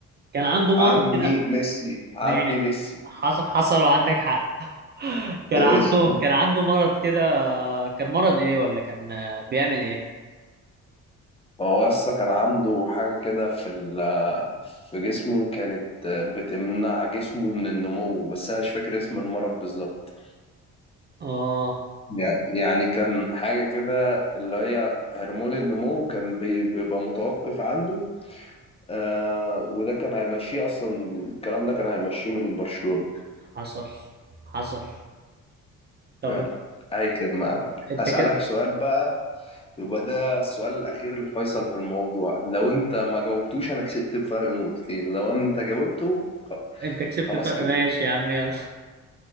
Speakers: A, on the right; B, on the left.
A: كان عنده مرض
B: عمي
A: كده
B: ميسي عمي
A: ما-
B: ميسي
A: حصل حصل وعندك حق كان
B: ماشي
A: عنده كان عنده مرض كده آه، كان مرض ايه ولا كان آه، بيعمل ايه
B: هو اصلا كان عنده حاجة كده في ال في جسمه كانت بتمنع جسمه من النمو بس انا مش فاكر اسم المرض بالظبط
A: اه
B: يعني يعني كان حاجة كده اللي هي هرمون النمو كان بي- بيبقى متوقف عنده آه وده كان هيمشيه اصلا الكلام ده كان هيمشيه من برشلونة
A: حصل حصل طب
B: يلا
A: انت
B: اي خدمة يا عم.
A: أنت
B: اسالك
A: كده
B: سؤال بقى يبقى ده السؤال الاخير الفيصل في الموضوع لو انت ما جاوبتوش انا كسبت بفرق نقطتين لو انت جاوبته خ-
A: انت كسبت
B: خلاص
A: ف... ماشي
B: كده
A: يا عم يلا